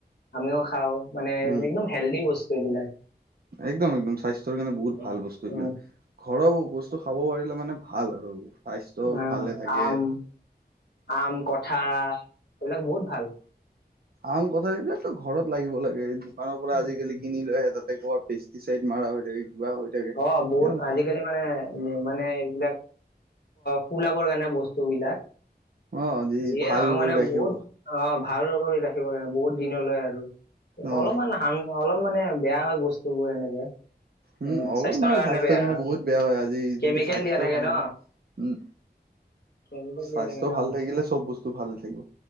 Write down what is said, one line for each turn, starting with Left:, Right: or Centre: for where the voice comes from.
Left: আমিও খাওঁ মানে
Right: উম
Left: একদম হেল্দি বস্তু এইবিলাক।
Right: একদম একদম স্বাস্থ্যৰ কাৰণে বহুত
Left: উম,
Right: ভাল বস্তু সেইবিলাক ঘৰৰ বস্তু খাব পাৰিলে মানে ভাল আৰু স্বাস্থ্য
Left: আহ,
Right: ভালে থাকে
Left: আম, আম, কঁঠাল। এইবিলাক বহুত ভাল।
Right: আম, কঁঠাল এইবিলাকতো ঘৰত লাগিব লাগে দোকানৰ পৰা
Left: উম,
Right: আজিকালি কিনি লৈ আহে ত পোৱা পেষ্টিছাইড মাৰা হৈ থাকে। কিবা হৈ থাকে
Left: অ' বহুত
Right: একদম ভা
Left: আজিকালি মানে। এ মানে এইবিলাক ফুলাবৰ কাৰণে বস্তু বিলাক।
Right: অ যি
Left: যিয়ে
Right: ভাল
Left: নহক
Right: কৰি
Left: মানে
Right: ৰাখিব
Left: বহুত অ' ভাল কৰি ৰাখিব লাগে বহুত দিনলৈ আৰু
Right: অ
Left: অলপমান হাম অলপ মানে বেয়া হয় বস্তুবোৰ এনেকে মানে
Right: উম, অলপ নহয় স্বাস্থ্যৰ
Left: বেয়া
Right: কাৰণে
Left: হয়
Right: বহুত বেয়া হয়, আজি
Left: কেমিকেল
Right: যদি স্বাস্থ্যই
Left: দিয়া থাকে
Right: ভাল
Left: ন
Right: নাথাকে। উম।
Left: কেমিকেল
Right: স্বাস্থ্য
Left: দিয়া থাকে ন
Right: ভাল থাকিলে চ'ব বস্তু ভালে থাকিব।